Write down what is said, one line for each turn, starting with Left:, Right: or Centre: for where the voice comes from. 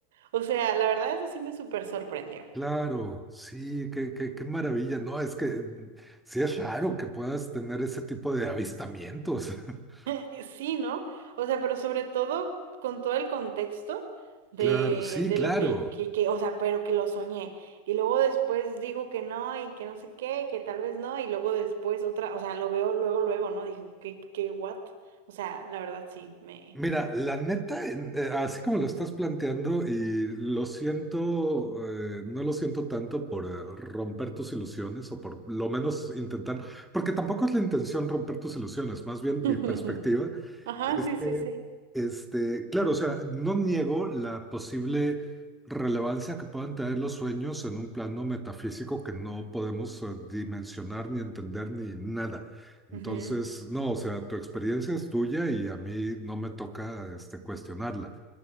Right: O sea, la verdad eso sí me súper sorprendió.
Centre: claro. Sí, qué, qué, qué maravilla. No, es que mm, sí es raro que puedas tener ese tipo de avistamientos. <laughs>
Right: Eh, Sí, ¿no? O sea, pero sobre todo con todo el contexto de,
Centre: Claro, sí,
Right: de
Centre: claro.
Right: lo que, que, que, o sea, pero que lo soñé. Y luego después digo que no y que no sé qué, que tal vez no. Y luego después otra, o sea, lo veo luego, luego, ¿no? Dije, ¿qué, qué, what? O sea, la verdad sí, me...
Centre: Mira, la neta, en- eh, así como lo estás planteando, y lo siento, eh, no lo siento tanto por eh, romper tus ilusiones o por lo menos intentar, porque tampoco es la intención romper tus ilusiones, más bien
Right: <laughs>
Centre: mi perspectiva
Right: Ajá,
Centre: es
Right: sí,
Centre: que,
Right: sí, sí.
Centre: este, claro, o sea, no niego la posible relevancia que puedan tener los sueños en un plano metafísico que no podemos eh, dimensionar ni entender ni nada. Entonces,
Right: Ujú.
Centre: no, o sea, tu experiencia es tuya y a mí no me toca este, cuestionarla.